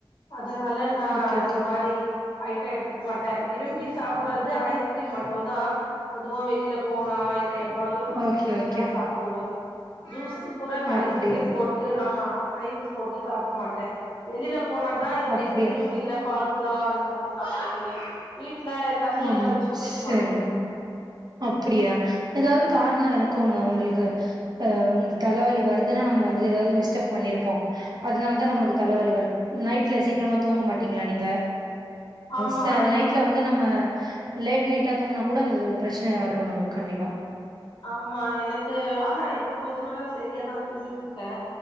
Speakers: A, on the left; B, on the right.
A: அதுனால நா
B: ஓகே ஓகே
A: இந்த மாறி ஐட்டம் எடுத்துக்க மாட்டே விரும்பி சாப்பிட்றது ஐஸ்கிரீம் மட்டுந்தா அதுவு வெளியில போனா இல்ல எப்பயாவது ரொம்ப
B: ஓகே
A: தோணிச்சுன்னா
B: ஓகே
A: சாப்புடுவே ஜூஸ்சு கூட நா
B: அப்டியா
A: ஐஸ்கிரீம் போட்டு ஆமா ஐஸ் போட்டு சாப்பிட மாட்டே வெளில போனா தா இங்க
B: அப்டியா
A: ஐஸ்கிரீம் இல்ல ஃபாலுடா அந்த மாறி சாப்புடுவேனே வீட்ல தண்ணி
B: ஆம்
A: எல்லா வச்சு குடிக்க
B: சேரிங்க்
A: மாட்டே
B: அப்பிடியா ஏதாவது காரணம் இருக்குங்க உங்களுக்கு அ இந்த தலவலி வர்றது எதுனா நம்ம வந்து ஏதாவது மிஸ்டேக் பண்ணியிருப்போ அதனால தா நமக்கு தல வலி வர்றது நைட்ல சீக்கிரமா தூங்க மாட்டீங்ளா நீங்க
A: ஆமா
B: ச
A: எனக்கு
B: நைட்ல வந்து நம்ம லேட் நைட்டா தூங்குனா கூட அந்த பிரச்சனை வரும் நமக்கு கண்டிப்பா
A: ஆமா எனக்கு ஆனா இப்ப கொஞ்ச நாளா சரியாதா தூங்கிட்டு இருக்கே